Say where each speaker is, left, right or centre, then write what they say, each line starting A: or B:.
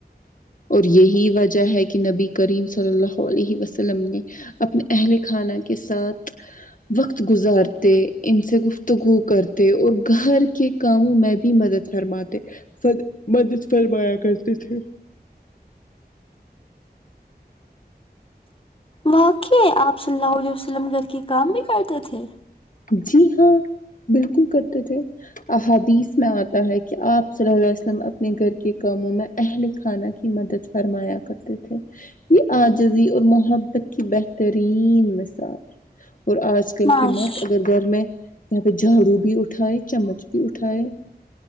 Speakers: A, on the left; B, on the left.
A: اور یہی وجہ ہے کہ نبی کریم صلی اللہ علیہ وسلم نے اپنے اہل خانہ کے ساتھ وقت گزارتے ان سے گفتگو کرتے اور گھر کے کاموں میں بھی مدد فرماتے مدد فرمایا کرتے تھے
B: واقعی آپ صلی اللہ علیہ وسلم گھر کے کام بھی کرتے تھے
A: جی ہاں بالکل کرتے تھے احادیث میں آتا ہے کہ آپ صلی اللہ علیہ وسلم اپنے گھر کے کاموں میں اہل خانہ کی مدد فرمایا کرتے تھے یہ عاجزی اور محبت کی بہترین مثال ہے اور آج کل
B: معاش
A: کے مرد اگر گھر میں یہاں پہ جھاڑو بھی اٹھائے چمچ بھی اٹھائے